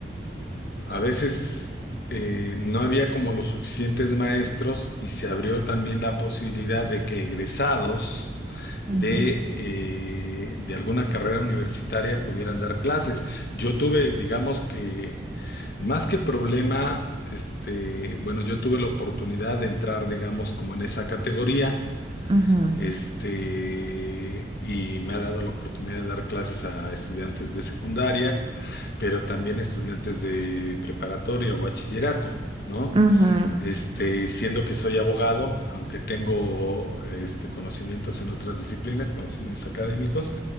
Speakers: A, on the left (about 55°); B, on the right (about 30°).
A: a veces eh, no había como los suficientes maestros y se abrió también la posibilidad de que egresados
B: Ujú,
A: de, eh, de alguna carrera universitaria pudieran dar clases. Yo tuve, digamos que, más que problema, este, bueno, yo tuve la oportunidad de entrar, digamos, como en esa categoría
B: ujú,
A: este, y me ha dado la oportunidad de dar clases a estudiantes de secundaria, pero también estudiantes de preparatoria o bachillerato, ¿no?
B: ujú,
A: Este, siendo que soy abogado, aunque tengo este, conocimientos en otras disciplinas, conocimientos académicos,